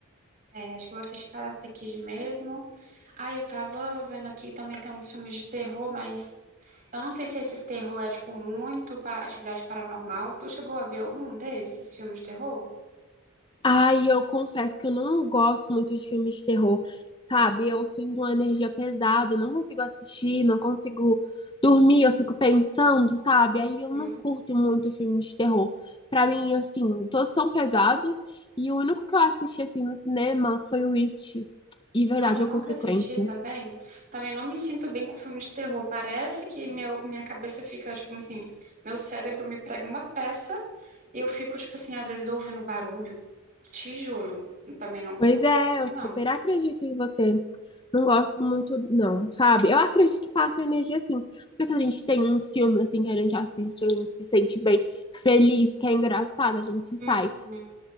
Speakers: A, on the right (about 40°); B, on the left (about 20°).
A: é, acho que eu vou assistir Karate Kid mesmo. Ah, eu tava vendo aqui também tem uns filmes de terror, mas Eu não sei se esses terror é, tipo, muito para atividade paranormal. Tu chegou a ver algum desses filmes de terror?
B: Ai, eu confesso que eu não gosto muito de filmes de terror, sabe? Eu sinto uma energia pesada, eu não consigo assistir, não consigo dormir, eu fico pensando, sabe? Aí eu não
A: Hum.
B: curto muito filmes de terror. Pra mim, assim, todos são pesados e o único que eu assisti assim no cinema foi o It e Verdade
A: Nossa, eu
B: ou
A: nunca
B: Consequência.
A: assisti também. Também não me sinto bem com filme de terror. Parece que meu, minha cabeça fica, tipo assim, meu cérebro me prega uma peça e eu fico, tipo assim, às vezes ouvindo barulho. Te juro. Eu também não curto
B: Pois é,
A: muito,
B: eu super
A: não.
B: acredito em você. Não gosto muito, não, sabe? Eu acredito que passa energia assim Porque se a gente tem um filme assim que a gente assiste, a gente se sente bem, feliz, que é engraçado, a gente
A: Uhum.
B: sai